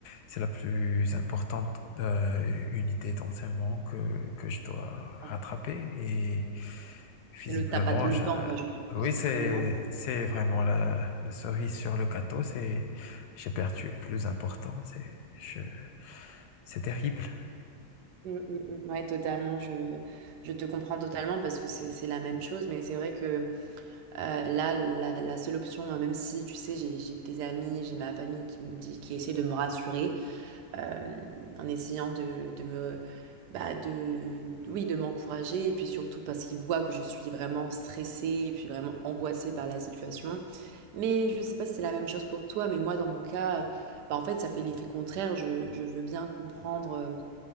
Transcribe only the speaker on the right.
Ah.
Et le t'as pas le
temps, quoi, je suppose,
comme moi.
Mm, mm, mm. Ouais, totalement. Je, je te comprends totalement parce que c'est c'est la même chose. Mais c'est vrai que euh, là, la, la seule option, euh, même si, tu sais, j'ai j'ai des amis, j'ai ma famille qui me dit, qui essaie de me rassurer. euh, en essayant de, de me bah de oui de m'encourager et puis surtout parce qu'il voit que je suis vraiment stressée et puis vraiment angoissée par la situation mais je sais pas si c'est la même chose pour toi mais moi dans mon cas euh, bah en fait ça fait l'effet contraire je, je veux bien comprendre euh,